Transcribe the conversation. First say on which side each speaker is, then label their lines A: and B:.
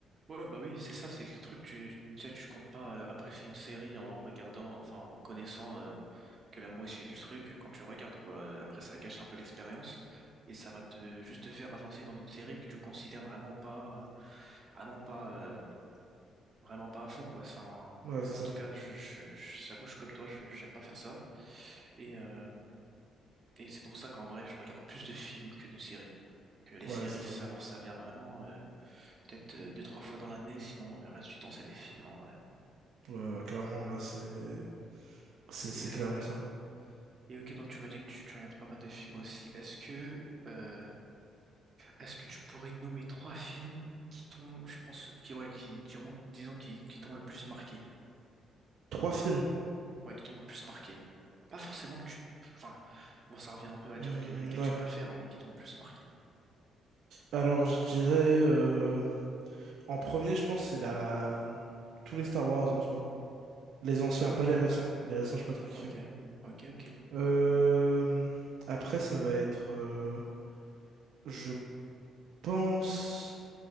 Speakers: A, on the right; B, on the right.
A: Ouais, bah oui, c'est ça, c'est le truc, tu, tu sais, tu comptes pas euh, apprécier une série en regardant, enfin, en connaissant euh, que la moitié du truc euh, quand tu regardes, quoi. Euh, Après, ça gâche un peu l'expérience et ça va te juste te faire avancer dans une série que tu considères vraiment pas, vraiment pas, euh, vraiment pas à fond, quoi. C'est un-
B: Ouais, c'est
A: Moi,
B: ça.
A: en tout cas, je, je, je- j'avoue, je suis comme toi, je, j'aime pas faire ça. Et, euh, et c'est pour ça qu'en vrai, je regarde plus de films que de séries. Donc, euh, les
B: Ouais,
A: séries,
B: c'est ça.
A: ça, ça vient vraiment. euh, peut-être euh, deux, trois fois dans l'année, sinon le reste du temps, c'est des films en vrai. hein.
B: Ouais, ouais, clairement, là, c'est... C'est c'est
A: Et, euh,
B: clairement ça.
A: et ok, donc tu m'as dit que tu, tu regardais pas mal de films aussi. Est-ce que, euh, est-ce que tu pourrais nommer trois films qui t'ont, je pense, qui, ouais, qui diront, disons, qui, qui t'ont le plus marqué?
B: Trois films.
A: Ouais, qui t'ont le plus marqué. Pas forcément que tu, enfin, bon, ça revient un peu à
B: Hmm,
A: dire que lesquels
B: ouais.
A: tu préfères, mais qui t'ont le plus marqué.
B: Alors, je dirais... euh, En premier, je pense, c'est la... Tous les Star Wars, en soi. Les anciens,
A: Ah,
B: pas
A: ok,
B: les récents. Les récents, je sais pas trop kiffé.
A: ok, ok, ok.
B: Euh... Après, ça va être... euh, Je pense...